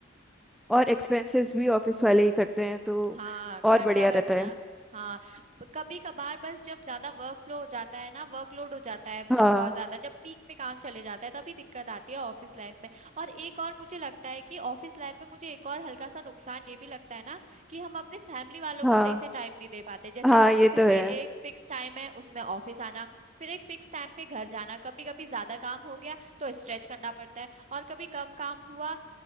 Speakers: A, in the centre; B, on the right.
A: और एक्सपेंसेस भी ऑफिस वाले ही करते हैं तो
B: हाँ
A: और
B: खर्चा
A: बढ़िया
B: वर्चा
A: रहता है
B: हाँ कभी कभार बस जब ज्यादा वर्कफ्लो हो जाता है ना वर्कलोड हो जाता है
A: हाँ
B: जब बहुत ज्यादा जब पीक पे काम चले जाता है तभी दिक्कत आती है ऑफिस लाइफ में और एक और मुझे लगता है कि ऑफिस लाइफ में मुझे एक और हल्का सा नुकसान ये भी लगता है ना कि हम अपने फैमिली वालों
A: हाँ
B: को सही से टाइम नहीं दे पाते जैसे
A: हाँ ये तो
B: सुबह
A: है
B: एक फिक्स टाइम है उसमें ऑफिस आना फिर एक फिक्स टाइम पे घर जाना कभी कभी ज्यादा काम हो गया तो स्ट्रेच करना पड़ता है और कभी कम काम हुआ